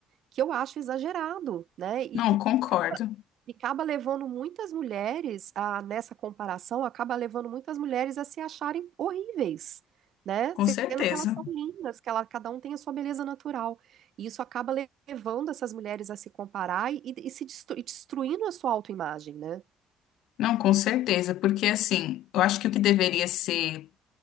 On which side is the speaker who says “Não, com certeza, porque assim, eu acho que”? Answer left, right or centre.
Left